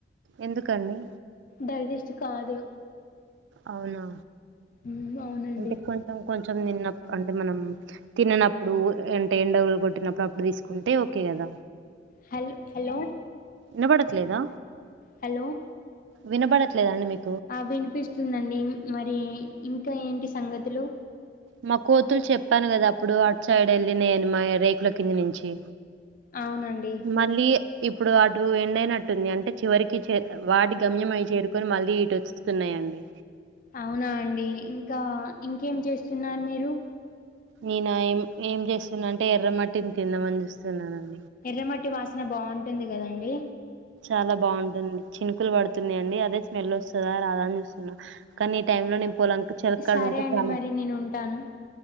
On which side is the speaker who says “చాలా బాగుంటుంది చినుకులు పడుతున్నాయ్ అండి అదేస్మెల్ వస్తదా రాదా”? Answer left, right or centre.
Right